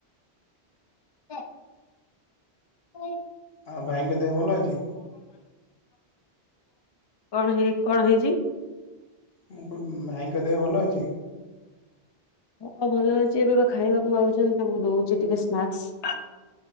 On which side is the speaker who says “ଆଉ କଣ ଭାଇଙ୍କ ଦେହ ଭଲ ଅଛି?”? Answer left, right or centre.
Left